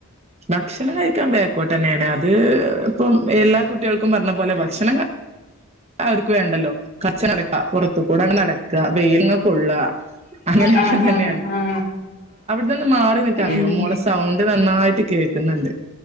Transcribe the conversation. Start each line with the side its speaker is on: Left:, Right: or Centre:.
Right: ഭക്ഷണം കഴിക്കാൻ വേക്കോട്ടെ തന്നെയാണ് അത് ഇപ്പം എല്ലാ കുട്ടികൾക്കും പറഞ്ഞ പോലെ ഭക്ഷണം അവർക്ക് വേണ്ടല്ലോ കച്ച്നടക്ക പുറത്ത് ത്തു കൂടെ നടക്ക വെയിൽങ് കൊള്ള അങ്ങനെയൊക്കെ
Left: ആഹ്
Right: തന്നെയാണ്
Left: ആഹ് ആഹ്
Right: തൊന്ന് മാറി നിക്ക
Left: ഉം
Right: അറിയോ മോളെ സൗണ്ട് നന്നായിട്ട് കേക്കുന്നുണ്ട്